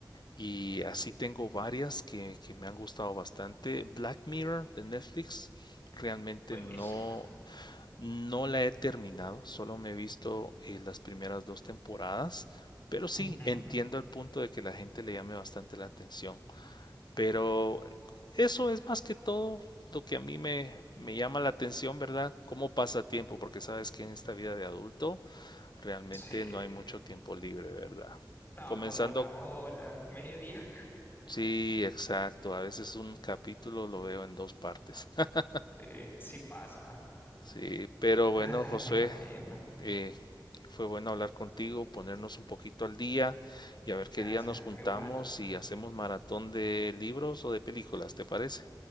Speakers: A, on the left (about 65°); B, on the left (about 30°).
A: Y así tengo varias que, que me han gustado bastante. Black Mirror de Netflix, realmente
B: buenísima.
A: no. No la he terminado, solo me he visto eh, las primeras dos temporadas, pero sí
B: Ujú.
A: entiendo el punto de que la gente le llame bastante la atención. Pero eso es más que todo lo que a mí me, me llama la atención, ¿verdad? Cómo pasa tiempo, porque sabes que en esta vida de adulto realmente
B: Sí,
A: no hay mucho tiempo libre, ¿verdad?
B: no,
A: Comenzando,
B: como una hora, <laughs> media.
A: sí, exacto, a veces un capítulo lo veo en dos partes. <laughs>
B: Sí, sí pasa.
A: Sí, pero bueno,
B: Ay,
A: José.
B: me imagino.
A: Eh, fue bueno hablar contigo, ponernos un poquito al día y a ver qué
B: Gracias,
A: día nos juntamos
B: igual,
A: y hacemos maratón de libros o de películas, ¿te parece?